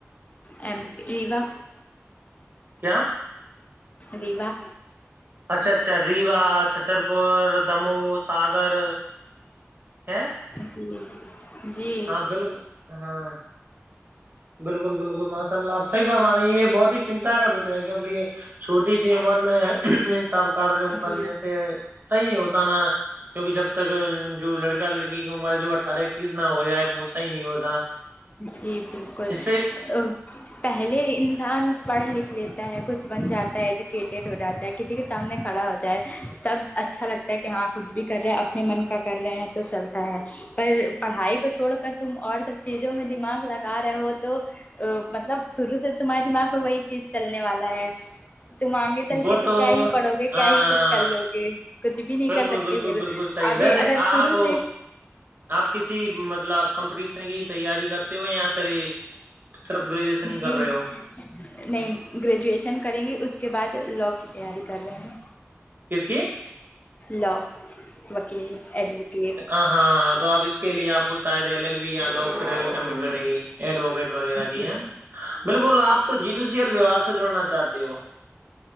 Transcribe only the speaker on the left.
ایم ای وا
ریواہ
جی جی
جی
جی بالکل
آ پہ پہلے انسان پڑھ لکھ لیتا ہے کچھ بن جاتا ہے ایجوکیٹیڈ ہو جاتا ہے کسی کے سامنے کھڑا ہوتا ہے جائے تب اچھا لگتا ہے کہ ہاں کچھ بھی کر رہے ہیں اپنے من کا کر رہے ہیں تو چلتا ہے پر پڑھائی کو چھوڑ کر تم اور سب چیزوں میں دماغ لگا رہے ہو تو آ مطلب شروع سے تمہارے دماغ میں وہی چیز چلنے والا ہے تم آگے چل
کے تو کیا ہی
پڑھو گے کیا ہی کچھ کر لو گے کچھ بھی نہیں
کر سکتے
پھر
ابھی
اگر
شروع سے
جی
نہیں گریجویشن کریں گے اس کے بعد لاء کی تیاری کر رہے ہیں
لاء وکیل ایڈوکیٹ
جی